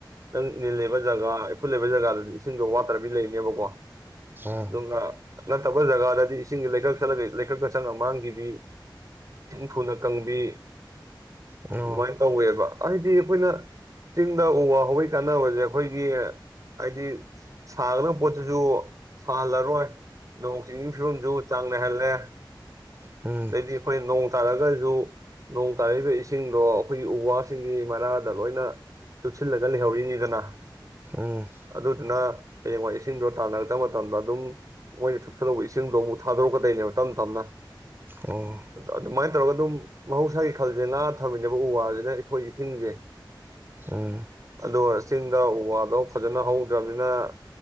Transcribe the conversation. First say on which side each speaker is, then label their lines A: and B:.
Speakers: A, on the right (about 45°); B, on the right (about 25°).
A: ꯅꯪ ꯏꯕ ꯖꯒꯥ ꯐꯨꯠ ꯂꯩꯕ ꯖꯒꯥꯗꯨꯗꯤ ꯏꯁꯤꯡꯗꯣ ꯋꯥꯠꯇ꯭ꯔꯕꯤ ꯂꯩꯅꯦꯕꯀꯣ
B: ꯎꯝ
A: ꯑꯗꯨꯒꯉ ꯅ ꯇꯃꯣꯏꯖꯒꯥꯗꯦ ꯏꯁꯤꯡ ꯂꯩꯀꯥꯛ ꯆꯠꯂꯒ ꯀꯀꯪ ꯑꯁꯪ ꯑꯃꯥꯡꯕꯤ ꯏꯁꯤꯡ ꯊꯨꯅ ꯀꯪꯕꯤ
B: ꯑꯣ
A: ꯑꯗꯨꯃꯥꯏꯅ ꯇꯧꯋꯦꯕ ꯍꯥꯏꯗꯤ ꯑꯩꯈꯣꯏꯅ ꯆꯤꯡꯗ ꯎ ꯋꯥ ꯍꯧꯋꯩ ꯀꯥꯟꯅꯕꯁꯦ ꯑꯩꯈꯣꯏꯒꯤ ꯍꯥꯏꯗꯤ ꯁꯥꯒꯗꯕ ꯄꯣꯠꯇꯨꯁꯨ ꯁꯥꯍꯜꯂꯔꯣꯏ ꯅꯣꯡ ꯆꯤꯡꯒꯤ ꯐꯤꯕꯝꯗꯨ ꯆꯥꯡꯅꯅꯥꯍꯜꯂꯦ
B: ꯎꯝ
A: ꯑꯗꯩꯗꯤ ꯑꯩꯈꯣꯏꯣꯡ ꯇꯥꯔꯒꯁꯨ ꯅꯣꯡ ꯇꯥꯔꯛꯏꯕ ꯏꯁꯤꯡꯗꯣ ꯑꯩꯈꯣꯏꯒꯤ ꯎ ꯋꯥꯁꯤꯡꯒꯤ ꯃꯔꯥꯗ ꯂꯣꯏꯅ ꯇꯨꯞꯁꯤꯜꯂꯒ ꯂꯩꯍꯧꯔꯤꯅꯤꯗꯅ
B: ꯎꯝ
A: ꯑꯗꯨꯅ ꯍꯌꯦꯡꯋꯥ ꯏꯁꯤꯡꯗꯣ ꯇꯥꯟꯅꯔꯛꯇꯕ ꯃꯇꯝꯗ ꯑꯗꯨꯝ ꯃꯣꯏꯅ ꯁꯨꯞꯆꯜꯗꯧꯕ ꯏꯁꯤꯡꯗꯣ ꯑꯃꯨꯛ ꯊꯥꯗꯣꯔꯛꯀꯗꯣꯏꯅꯦꯕ ꯇꯞꯅ ꯇꯞꯅ
B: ꯑꯣ
A: ꯑꯗꯨꯃꯥꯏꯅ ꯇꯧꯔꯒ ꯑꯗꯨꯝ ꯃꯍꯧꯁꯥꯒꯤ ꯈꯜꯁꯦ ꯅꯥ ꯊꯝꯃꯤꯅꯦꯕ ꯎ ꯋꯥꯁꯤꯅ ꯑꯩꯈꯣꯏ ꯏꯁꯤꯡꯁꯦ
B: ꯑꯥ
A: ꯑꯗꯣ ꯆꯤꯡ ꯗ ꯎ ꯋꯥꯗꯣ ꯐꯖꯅ ꯍꯧꯗ꯭ꯔꯕꯅꯤꯅ